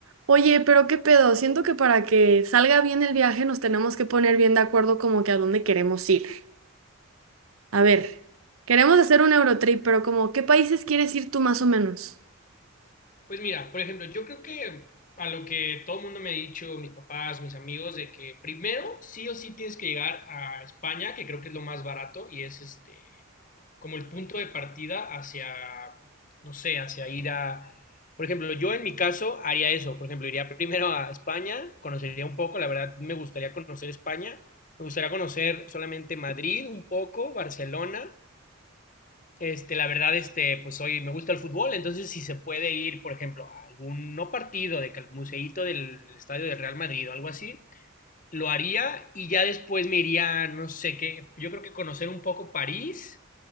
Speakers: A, on the right; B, on the left.
A: Oye, pero qué pedo, siento que para que salga bien el viaje nos tenemos que poner bien de acuerdo como que a dónde queremos ir. A ver, queremos hacer un Eurotrip, pero como, ¿qué países quieres ir tú más o menos?
B: Pues mira, por ejemplo, yo creo que a lo que todo el mundo me ha dicho, mis papás, mis amigos, de que primero sí o sí tienes que llegar a España, que creo que es lo más barato y es este como el punto de partida hacia, no sé, hacia ir a, por ejemplo, yo en mi caso haría eso, por ejemplo, iría primero a España, conocería un poco, la verdad me gustaría conocer España, me gustaría conocer solamente Madrid un poco, Barcelona Este, la verdad, este, pues hoy me gusta el fútbol, entonces si se puede ir, por ejemplo, a algún no partido de que al museíto del estadio del Real Madrid o algo así, lo haría y ya después me iría, no sé qué, yo creo que conocer un poco París,